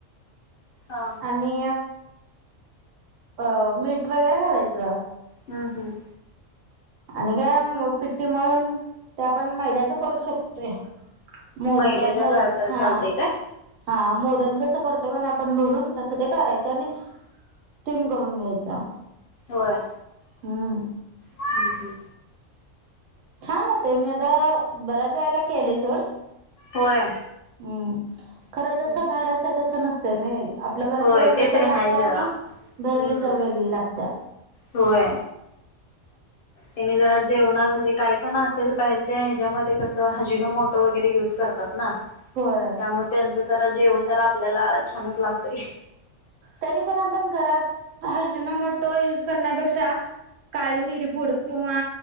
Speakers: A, on the left (about 60°); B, on the right (about 85°).
A: हा
B: आणि. अ मीठ वगैरे घालायचं.
A: हं हं.
B: आणि काय पिट्टी मळून ते आपण मैद्याच करू शकतोय मोदका
A: मैद्याच्या
B: मोद
A: करता
B: हा
A: चालतय काय
B: हा मोदक जस करतोय का नाही आपण भरून तसं ते करायच आणि स्टीम करून घ्यायचा.
A: होय
B: ह्म्म.
A: हम्म हम्म
B: छान होते मेद बऱ्याच वेळेला केलंय सोड,
A: होय
B: हम्म <inaudible> खरं
A: हम्म
B: जसं
A: हम्म
B: बाहेर असाय तसं नसत. त्यामे. आपलं घरातलं
A: होय
B: वेगळ
A: ते तरी
B: चव लागत
A: हाय जरा.
B: आणि भहेरली
A: हम्म.
B: चव वेगळी लागत्या.
A: होय. तिने जरा जेवणार म्हणजे काय पण असेल बाहेरच्या ह्याच्यामध्ये कसं हजिनो मोटो वगैरे युज करतात ना.
B: होय
A: त्यामुळे त्यांच ज त जेवण तर आपल्याला छानच लागतय
B: तरी पण आपण घरात हजिनो मोटो यूज करण्यापेक्षा काळी मिरीपूड किंवा